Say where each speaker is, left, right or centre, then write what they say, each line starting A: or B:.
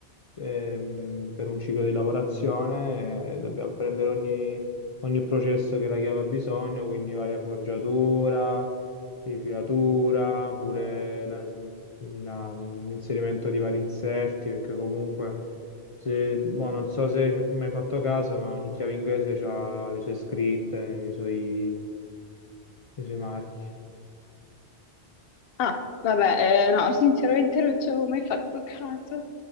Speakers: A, on the left; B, on the left.
A: ehm, per un ciclo di lavorazione, eh, dobbiamo prendere ogni, ogni processo che la chiave ha bisogno, quindi varia forgiatura, rifilatura, pure la- la- l'inserimento di vari inserti, perché comunque, se, boh, non so se ci hai mai fatto caso, ma ogni chiave inglese ha le sue scritte, i suoi, i suoi marchi.
B: Ah, vabbè, eh, no, <laughs> sinceramente non ci avevo mai fatto caso.